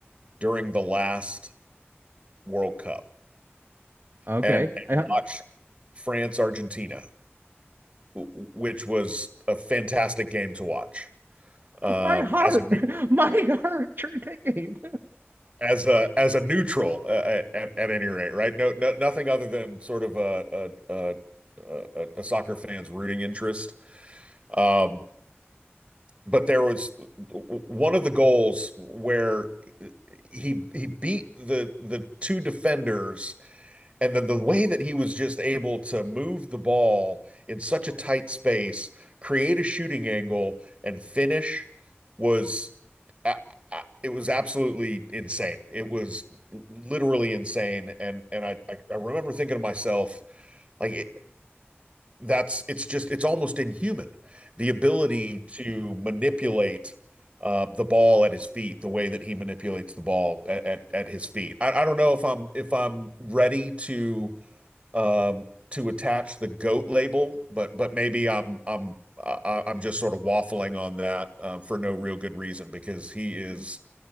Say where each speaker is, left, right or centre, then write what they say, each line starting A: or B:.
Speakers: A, on the right (about 25°); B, on the right (about 50°).
A: during the last World Cup
B: Okay.
A: and, and
B: <laughs> I,
A: watched France Argentina, w- which was a fantastic game to watch. Um,
B: my heart,
A: as a
B: <laughs> my heart during that game.
A: as a as a neutral uh, at at any rate, right? No, no, nothing other than sort of a a a, a, soccer fan's rooting interest. Um, but there was one of the goals where he he beat the the two defenders and then the way that he was just able to move the ball in such a tight space, create a shooting angle, and finish was uh, uh, it was absolutely insane. It was literally insane. And and I I I remember thinking to myself, like it, that's it's just it's almost inhuman, the ability to manipulate uh, the ball at his feet, the way that he manipulates the ball at at, at his feet. I, I don't know if I'm if I'm ready to um, to attach the goat label, but but maybe I'm I'm I'm just sort of waffling on that uh, for no real good reason because he is
B: <laughs>